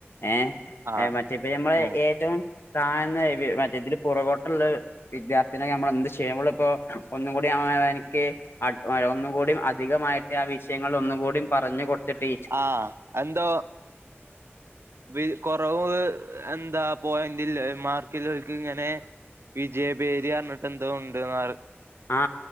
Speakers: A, on the left; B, on the right.
A: ഏ
B: ആഹ്
A: മറ്റേപ്പ ഞമ്മള്
B: ഉം
A: ഏറ്റവും താന്ന മറ്റേ ഇതില് പുറകോട്ടുള്ള വിദ്യാർത്ഥിനെ നമ്മള് എന്ത് ചെയ്യുമ്പോള ഇപ്പോ ഒന്നും കൂടി അവനിക്ക് ഒന്നും കൂടി അധികമായിട്ട് ആ വിഷയങ്ങളിൽ ഒന്നും കൂടിപറഞ്ഞു കൊടുത്തിട്ട്
B: ആ എന്തോ വി കൊറവ് എന്താ പോയിന്റില് മാർക്ക് ഉള്ളോർക്ക് ഇങ്ങനെ വിജയഭേരി എന്ന് പറഞ്ഞിട്ട് എന്തോ ഉണ്ടെന്ന് ആ
A: ആ